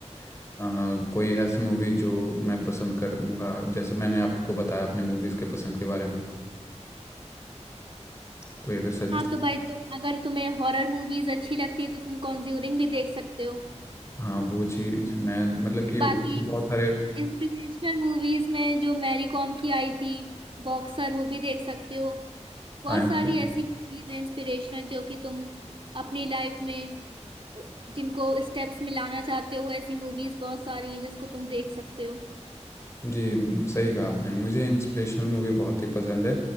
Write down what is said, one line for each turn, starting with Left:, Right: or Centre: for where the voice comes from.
Left: अ, कोई ऐसी मूवी जो मैं पसंद करूँगा जैसे मैंने आपको बताया अपने मूवीज़ के पसंद के बारे में कोई अगर सजेस्ट
Right: हाँ तो भाई तुम अगर तुम्हें हॉरर मूवीज अच्छी लगती है तो तुम कॉन्ज्यूरिंग भी देख सकते हो
Left: हाँ वो चीज़ मैं मतलब कि उसके
Right: बाकी
Left: बहुत
Right: इस
Left: सारे
Right: इंस्पिरेशनल मूवीज में जो मैरी कॉम की आई थी बॉक्सर वो भी देख सकते हो बहुत
Left: हाँ इंस्पिर-
Right: सारी ऐसी मूवीज हैं इंस्पिरेशनल जो कि तुम अपनी लाइफ में जिनको स्टेप्स में लाना चाहते हो ऐसी मूवीज बहुत सारी हैं जिसको तुम देख सकते हो
Left: जी म, सही कहा आपने मुझे इंस्पिरेशनल मूवी बहुत ही पसंद है